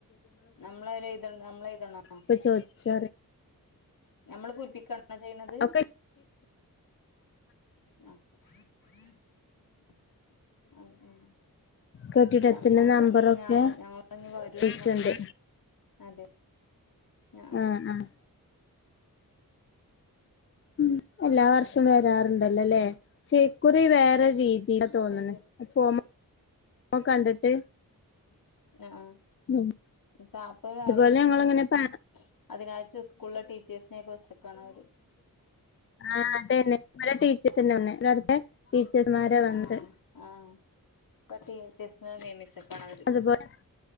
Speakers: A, on the left; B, on the left.
A: നമ്മളെയ്ല് എയ്ത നമ്മളെഴ്തണോ
B: പ്പ ചോത്‌ച്ചാറിയ
A: ഞമ്മള് പൂരിപ്പിക്കാണോ ചെയ്ണത്
B: ഒക്കെ
A: ആഹ് ഉം ആഹ് ഉം
B: കെട്ടിടത്തിന്റെ
A: അ ഞങ്ങളോട്
B: നമ്പറൊക്കെ
A: പറഞ്ഞ ഞ ഞങ്ങൾ ഞ് വരും
B: ചോയ്ക്ക്ണ്ട്
A: ന്നൊക്കെ പർഞ്ഞ് അതെ ഞ
B: ആഹ് ആഹ് ഉം എല്ലാ വർഷവും വരാറുണ്ടല്ലോ ല്ലേ ശേ ഇക്കുറി വേറെ രീതി തീ ആ തോന്ന്ണ്
A: അതെ അതെ
B: ആ ച്ചുമ ഫോം കണ്ടിട്ട്
A: ആഹ്ആഹ്
B: ഉം
A: പാ ഇപ്പ വേറെ
B: ഇതുപോലെ
A: ഇത്‌ണ്ട്
B: ഞങ്ങളിങ്ങനെ പ
A: അതിനാഴ്ട്ട് സ്കൂളിലെ ടീച്ചേഴ്സിനെ ഒക്കെ വെച്ചക്കാണ് അവര്
B: ആ അതെന്നെ ഇവടെ ടീച്ചേഴ്സെന്നെ വന്നേ ഇവടത്തെ ടീച്ചേസ്മാരാ വന്നേ
A: ആഹ് ആഹ് പ്പം ടീച്ചേഴ്‌സ്‌നെ നിയമിച്ചക്കാണവര്
B: അതുപോലെ